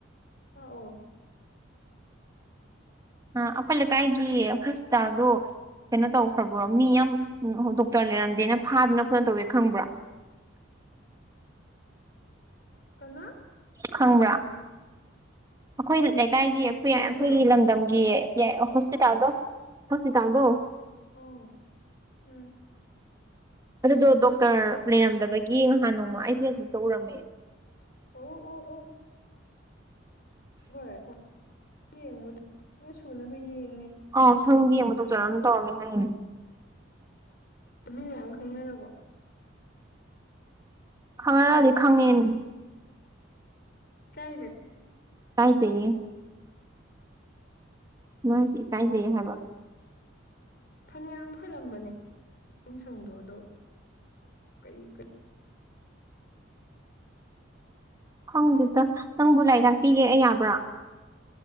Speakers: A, on the left; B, on the right.
A: ꯇꯛꯑꯣ
B: ꯑꯥ ꯑꯈꯣꯏ ꯂꯩꯀꯥꯏꯒꯤ ꯍꯣꯁꯄꯤꯇꯜꯗꯣ ꯀꯩꯅꯣ ꯇꯧꯈ꯭ꯔꯕ꯭ꯔꯣ ꯃꯤ ꯌꯥꯝ ꯗꯣꯛꯇꯔ ꯂꯩꯔꯝꯗꯦꯅ ꯐꯥꯗꯅ ꯈꯣꯠꯇꯅ ꯇꯧꯋꯦ ꯈꯪꯕ꯭ꯔ <inaudible>
A: ꯀꯅꯥ
B: ꯈꯪꯕ꯭ꯔꯥ ꯑꯈꯣꯏ ꯂꯩꯀꯥꯏꯒꯤ ꯑꯈꯣꯏ
A: ꯑꯩꯉꯣꯟꯗꯔꯣ
B: ꯑꯈꯣꯏꯒꯤ ꯂꯝꯗꯝꯒꯤ ꯀꯦ ꯍꯣꯁꯄꯤꯇꯥꯜꯗꯣ ꯍꯣꯁꯄꯤꯇꯥꯜꯗꯣ
A: ꯑꯣ ꯎꯝ
B: ꯑꯗꯨꯗꯣ ꯗꯣꯛꯇꯔ ꯂꯩꯔꯝꯗꯕꯒꯤ ꯉꯍꯥꯟ ꯅꯣꯡꯃ ꯑꯩ ꯐꯦꯁꯕꯨꯛꯇ ꯎꯔꯝꯃꯦ
A: ꯑꯣ ꯑꯣ ꯑꯣ ꯍꯣꯏ ꯍꯣꯏ ꯌꯦꯡꯕꯗꯤ ꯁꯨꯅꯕ ꯌꯦꯡ
B: ꯑꯥꯎ ꯁꯔꯨꯒꯤ ꯌꯦꯡꯕ ꯗꯣꯛꯇꯔ ꯑꯃꯅ ꯇꯧꯔꯝꯃꯦ ꯍꯥꯏ
A: ꯅꯨꯄꯤ ꯃꯌꯥꯝ ꯈꯪꯅꯔꯕꯣ
B: ꯈꯪꯅꯔꯗꯤ ꯈꯪꯉꯤꯟ
A: ꯏꯀꯥꯏꯖꯧ
B: ꯏꯀꯥꯏꯖꯩꯌꯦ
A: <inaudible>
B: ꯅꯣꯏ ꯁꯦ ꯏꯀꯥꯏꯖꯩꯌꯦ ꯍꯥꯏꯕ
A: ꯐꯅꯌꯥꯝ ꯐꯔꯝꯕꯅꯦꯅꯨꯡꯁꯪꯗꯣ ꯑꯗꯣ ꯀꯩ
B: ꯈꯪꯗꯦꯗ ꯅꯪꯕꯨ ꯂꯥꯏ ꯇꯥꯛꯄꯤꯒꯦ ꯑꯩ ꯌꯥꯕ꯭ꯔꯥ